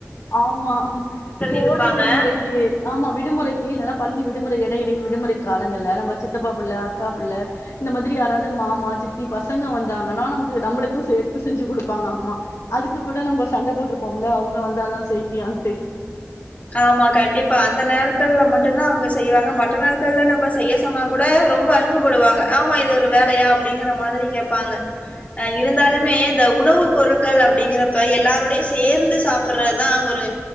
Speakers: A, on the left; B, on the left.
A: ஆமா கோடை
B: இருப்பாங்க
A: விடுமுறைக்கு ஆமா விடுமுறைக்கு இல்லைன்னா பள்ளி விடுமுறை இடையிடையே விடுமுறை காலங்கள் நம்ம சித்தப்பா புள்ள அக்கா புள்ள இந்த மாதிரி யாராவது மாமா சித்தி பசங்க வந்தாங்கன்னா நமக்கு நம்மளுக்கும் சேர்த்து செஞ்சு கொடுப்பாங்க அம்மா அதுக்கு கூட நம்ம சண்டை போட்டிருப்போமில்லே அவங்க அதான் செய்வியான்
B: ஆமா கண்டிப்பா அந்த நேரத்திலே மட்டும்தான் அவங்க செய்வாங்க மற்ற நாட்கள்ல நம்ம செய்ய சொன்னா கூட ரொம்ப அலுப்புப்படுவாங்க ஆமா இது ஒரு வேலையா அப்படிங்கிற மாதிரி கேட்பாங்க அஹ் இருந்தாலுமே இந்த உணவு பொருட ள் அப்படிங்கறப்ப எல்லாரருடையும் சேர்ந்து சாப்பிடுறதுதான் ஒரு